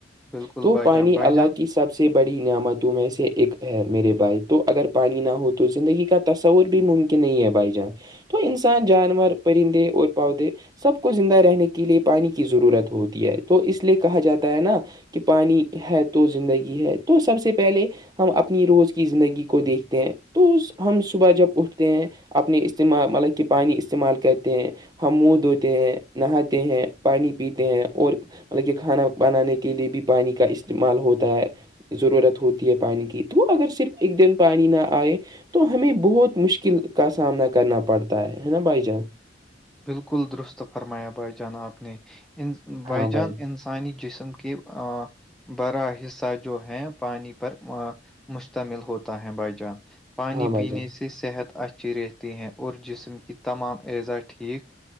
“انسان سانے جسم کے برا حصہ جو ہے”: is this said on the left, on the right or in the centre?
Centre